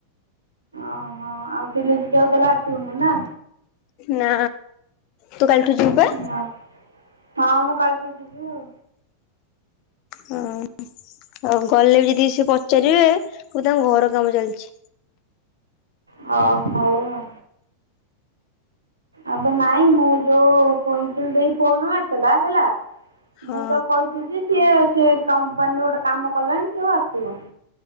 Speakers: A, on the right; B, on the left.
A: ଓହୋ ଆଉ ସିଲେଇ ସିଖିଆକୁ ତାହେଲେମ ଆସିବୁନୁ ନା।
B: ନାଁ ତୁ କାଲିଠୁ ଯିବୁ ବା?
A: ହଁ ହଁ ମୁଁ କାଲିିଠୁ ଯିବି ଆଉ।
B: ହଁ ଆଉ ଗଲେ ବି ଯଦି ସେ ପଚାରିବେ କହିବୁ ତାଙ୍କ ଘର କାମ ଚାଲିଛି।
A: ହ ହଉ ଆଉ।। ଏବେ ନାଇଁ ମୁଁ ଯୋଉ ଟ୍ୱିନକିଲ ଦେଇ ଫୋନ ମାରିଥିଲା ହେଲା
B: ହଁ
A: ମୁଁ ତ କହି ଆସିଚି। ସିଏ କମ୍ପାନୀ ରେ ଗୋଟେ କାମ କଲାନି ସେ ଆଉ ଆସିବନି।